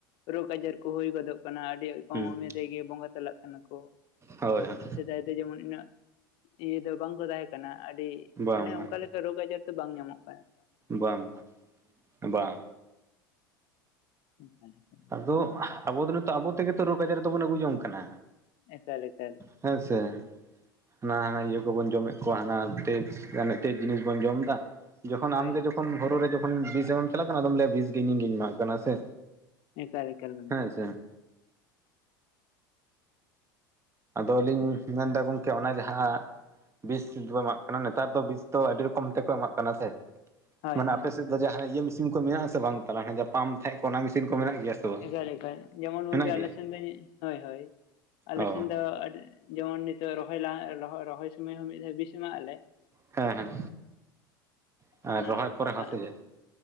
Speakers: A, on the left (about 50°); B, on the right (about 25°).
A: ᱨᱳᱜᱽ ᱟᱡᱟᱨ ᱠᱚ ᱦᱩᱭ ᱜᱚᱫᱚᱜ ᱠᱟᱱᱟ ᱟᱹᱰᱤ ᱯᱚ
B: ᱦᱩᱸ
A: ᱱᱮᱫᱮᱜᱮ ᱵᱚᱝᱜᱟ ᱛᱟᱞᱟᱜ ᱠᱟᱱᱟ ᱠᱚ
B: ᱦᱳᱭ ᱦᱳᱭ
A: ᱥᱮᱫᱟᱭ ᱫᱚ ᱡᱮᱢᱚᱱ ᱤᱱᱟᱹᱜ ᱤᱭᱟᱹ ᱫᱚ ᱵᱟᱝᱠᱚ ᱛᱟᱦᱮᱸ ᱠᱟᱱᱟ ᱟᱹᱰᱤ
B: ᱵᱟᱝ
A: ᱢᱟᱱᱮ
B: ᱵᱟᱝ
A: ᱚᱱᱠᱟ ᱞᱮᱠᱟ ᱨᱳᱜᱽ ᱟᱡᱟᱨ ᱫᱚ ᱵᱟᱝ ᱧᱟᱢᱚᱜ ᱠᱟᱱᱟ᱾
B: ᱵᱟᱝ ᱵᱟᱝ᱾
A: <inaudible>
B: ᱟᱫᱚ ᱟᱵᱚ ᱫᱚ ᱱᱤᱛᱚᱜ ᱟᱵᱚ ᱛᱮᱜᱮ ᱛᱚ ᱨᱳᱜᱽ ᱟᱡᱟᱨ ᱫᱚᱵᱚᱱ ᱟᱹᱜᱩ ᱡᱚᱝ ᱠᱟᱱᱟ᱾
A: ᱮᱠᱟᱞ ᱮᱠᱟᱞ᱾
B: ᱦᱮᱸ ᱥᱮ᱾ ᱦᱟᱱᱟ ᱤᱭᱟᱹ ᱠᱚᱵᱚᱱ ᱡᱚᱢᱮᱫ ᱠᱚᱣᱟ ᱦᱟᱱᱟ ᱛᱮᱠᱥ ᱠᱷᱟᱱᱮ ᱪᱮᱫ ᱡᱤᱱᱤᱥ ᱵᱚᱱ ᱡᱚᱢ ᱫᱟ ᱡᱚᱠᱷᱚᱱ
A: ᱦᱳᱭ
B: ᱟᱢᱜᱮ
A: ᱦᱳᱭ
B: ᱡᱚᱠᱷᱚᱱ ᱦᱚᱨᱚ ᱨᱮ ᱡᱚᱠᱷᱚᱱ ᱵᱤᱥᱮ ᱮᱢᱮᱢ ᱪᱟᱞᱟᱜ ᱠᱟᱱᱟ ᱟᱫᱚᱢ ᱞᱟᱹᱭᱟ ᱵᱤᱥ ᱜᱮ ᱤᱧ ᱜᱮᱧ ᱮᱢᱟᱜ ᱠᱟᱱᱟ ᱥᱮ᱾
A: ᱮᱠᱟᱞ ᱮᱠᱟᱞ᱾ ᱜᱚᱢᱠᱮ
B: ᱦᱮᱸ ᱥᱮ ᱟᱫᱚ ᱞᱤᱧ ᱢᱮᱱᱫᱟ ᱜᱚᱢᱠᱮ ᱚᱱᱟ ᱡᱟᱦᱟᱸ ᱵᱤᱥ ᱠᱚ ᱮᱢᱟᱜ ᱠᱟᱱᱟ ᱱᱮᱛᱟᱨ ᱫᱚ ᱵᱤᱥ ᱫᱚ ᱟᱹᱰᱤ ᱨᱚᱠᱚᱢ ᱛᱮᱠᱚ ᱮᱢᱟᱜ ᱠᱟᱱᱟ ᱥᱮ᱾
A: ᱦᱳᱭ
B: ᱢᱟᱱᱮ
A: ᱦᱳᱭ
B: ᱟᱯᱮ ᱥᱮᱜ ᱫᱚ ᱡᱟᱦᱟᱭ ᱤᱭᱟᱹ ᱢᱮᱥᱤᱱ ᱠᱚ ᱢᱮᱱᱟᱜ ᱟᱥᱮ ᱵᱟᱝ ᱛᱟᱞᱟ ᱚᱱᱮ ᱡᱮ ᱯᱟᱢ ᱛᱟᱦᱮᱸ ᱠᱚᱜ ᱚᱱᱟ ᱢᱮᱥᱤᱱ ᱠᱚ ᱢᱮᱱᱟᱜ ᱜᱮᱭᱟ᱾ ᱥᱮ ᱵᱟᱝ
A: ᱮᱠᱟᱞ ᱮᱠᱟᱞ ᱡᱮᱢᱚᱱ ᱜᱚᱝᱠᱮ
B: ᱢᱮᱱᱟᱜ
A: ᱟᱞᱮ
B: ᱜᱮᱭᱟ
A: ᱥᱮᱱ ᱫᱚ ᱤᱧᱤᱜ ᱦᱳᱭ ᱦᱳᱭ ᱟᱞᱮ
B: ᱚ
A: ᱥᱮᱱ ᱫᱚ ᱡᱮᱢᱚᱱ ᱱᱤᱛᱚᱜ ᱨᱚᱦᱚᱭ ᱞᱟᱦᱟ ᱨᱚᱦᱚᱭ ᱨᱚᱦᱚᱭ ᱥᱳᱢᱚᱭ ᱦᱚᱸ ᱢᱤᱫ ᱫᱷᱟᱣ ᱵᱤᱥ ᱮᱢᱟᱜ ᱟᱞᱮ
B: ᱦᱮᱸ ᱦᱮᱸ᱾ ᱟᱨ
A: ᱚᱱᱟ
B: ᱨᱚᱦᱚᱭ ᱯᱚᱨᱮ
A: ᱫᱟᱜ
B: ᱦᱚᱸ ᱥᱮ ᱪᱮᱫ